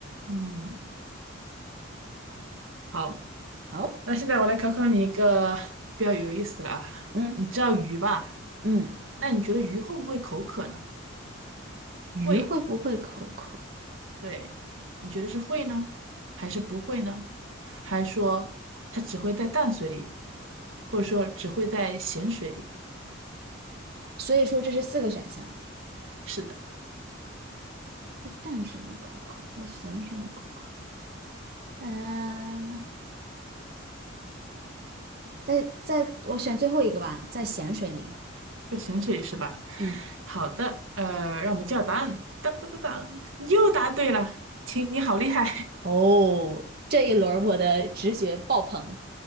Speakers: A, on the right (about 80°); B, on the right (about 50°).
A: 嗯，好，
B: 好。
A: 那现在我来考考你一个比较有意思的啊，
B: 嗯
A: 你知道鱼吧？
B: 嗯，
A: 那你觉得鱼会不会口渴呢？
B: 鱼会不会口渴？
A: 会，对，你觉得是会呢，还是不会呢？还是说它只会在淡水里，或者说只会在咸水里？
B: 所以说这是四个选项，
A: 是的。
B: 在淡水里口渴，在咸水里口渴。嗯、在在我选最后一个吧，在咸水里。
A: 咸水鱼是吧？
B: 嗯，
A: 好的，呃，让我们叫答案，当当当当，又答对了，亲，你好厉害！
B: 哦，这一轮儿我的直觉爆棚。